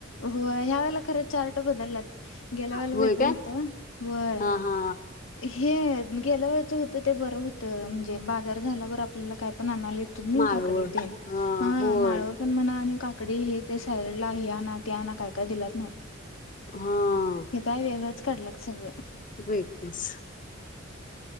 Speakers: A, on the left; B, on the left.
A: होय ह्या वेळेला खरं चार्ट बदललात गेल्या वेळेला
B: होय
A: वेगळं
B: काय
A: होतं होय...
B: हा हा
A: ह... हे गेल्या वेळचं होतं ते बरं होतं म्हणजे बाजार झाल्यावर आपल्याला काय पण आण... आले तुम्ही
B: माळव
A: काकडी
B: हा
A: तेन
B: होय.
A: माळव पण म्हणा आणि काकडी ते..... काकडी हे ते सॅलेडला हे आना.... त्याना काय काय दिलात न
B: हा
A: हे काय वेगळंच... कडला सगळ...
B: वेटस....